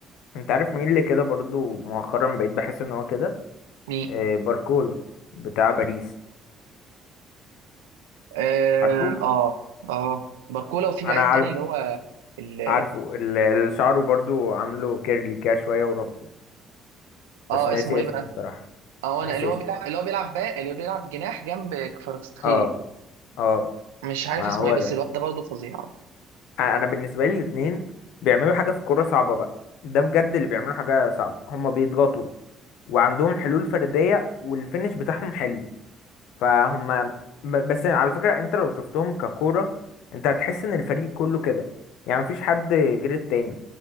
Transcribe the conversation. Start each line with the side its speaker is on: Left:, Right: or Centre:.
Left: انت عارف مين اللي كده برضو مؤخرا بقيت بحس ان هو كده
Right: مين
Left: آه، باركولا بتاع باريس
Right: اه
Left: عارفه
Right: اه آه، باركولا وفي لعيب
Left: انا عار-
Right: تاني اللي هو ال-
Left: عارفه ال- اللي شعره برضو عامله كيرلي كده شوية وربطه بس
Right: اه
Left: ناسي
Right: اسمه ايه
Left: اسمه
Right: بقى
Left: الصراحة
Right: اه
Left: ناسي
Right: انا اللي هو
Left: اسمه
Right: بيلعب اللي هو بيلعب باك اللي هو بيلعب جناح جنب كفاراتسخيليا
Left: اه اه
Right: مش عارف
Left: ما
Right: اسمه
Left: هو
Right: ايه بس
Left: ده
Right: الواد ده برضه فظيع
Left: آه، انا بالنسبة لي الاتنين بيعملوا حاجة في كورة صعبة بقى ده بجد اللي بيعملوا حاجة صعبة هما بيضغطوا وعندهم حلول فردية والفينش بتاعهم حلو فهم ب- بس على فكرة انت لو شفتهم ككورة انت هتحس ان الفريق كله كده يعني مفيش حد غير التاني